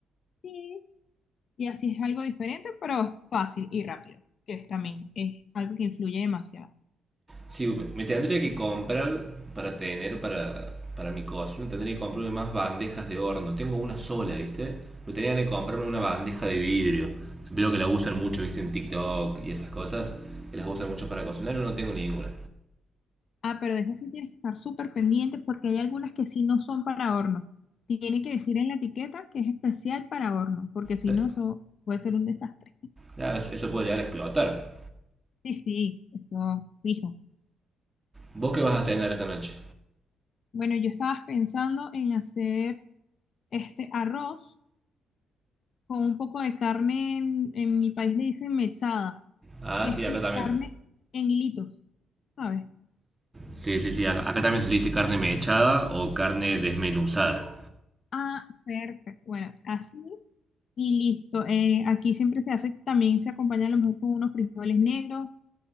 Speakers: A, on the left; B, on the right.
A: Sí, Y así es algo diferente, pero es fácil y rápido, que es también es algo que influye demasiado.
B: Sí, me tendría que comprar para tener para, para mi cocina, tendría que comprarme más bandejas de horno. Tengo una sola, ¿viste? Pero tendría que comprarme una bandeja de vidrio. Veo que la usan mucho, ¿viste? En TikTok y esas cosas. Que las usan mucho para cocinar. Yo no tengo ninguna.
A: Ah, pero de esas sí tienes que estar súper pendiente porque hay algunas que sí no son para horno. Tiene que decir en la etiqueta que es especial para horno, porque si
B: La-
A: no, eso puede ser un desastre.
B: la- eso puede llegar a explotar.
A: Sí, sí, eso fijo.
B: ¿Vos qué vas a cenar esta noche?
A: Bueno, yo estaba pensando en hacer este arroz con un poco de carne, en, en mi país le dicen mechada,
B: Ah,
A: que es
B: sí,
A: como
B: acá también.
A: carne en hilitos, ¿sabes?
B: Sí, sí, sí. Acá acá también se le dice carne mechada o carne desmenuzada.
A: Ah, perfecto. Bueno, así y listo. Eh, aquí siempre se hace, también se acompaña a lo mejor con unos frijoles negros